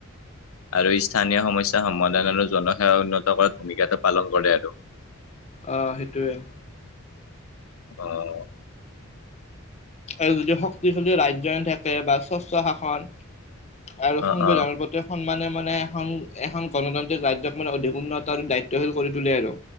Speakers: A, on the left (about 75°); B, on the left (about 30°).
A: আৰু স্থানীয় সমস্যা সমাধান আৰু জনসেৱা উন্নত কৰাত ভূমিকাটো পালন কৰে আৰু
B: অ সেইটোয়ে
A: অ',
B: আৰু যদি শক্তিশালী ৰাজ্যন থাকে বা স্বচ্ছ শাসন আৰু
A: অ
B: সংবিধানৰ
A: অ
B: প্ৰতি সন্মানে মানে এ এখন গণতান্ত্ৰিক ৰাজ্যক মানে অধিক উন্নত আৰু দায়িত্বশীল কৰি তুলি আৰু